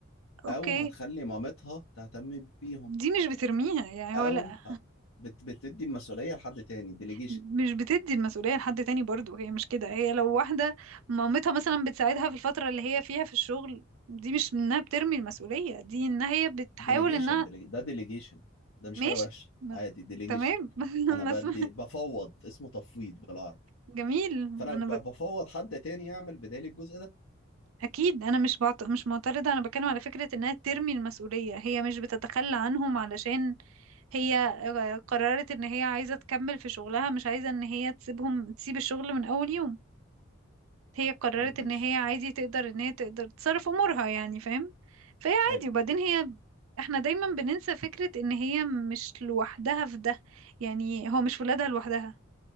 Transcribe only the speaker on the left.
أو هتخلي مامتها تهتم بيهم
أو
ه- بت بتدي المسؤولية لحد تاني ديليجيشن
ديليجيشن
ده ديليجيشن ده مش
حاجة وحشة
عادي ديليجيشن
أنا بدي
بفوض اسمه تفويض بالعربي
فأنا
ب-
بفوض حد تاني يعمل بدالي الجزء ده
آه، ماشي
حلو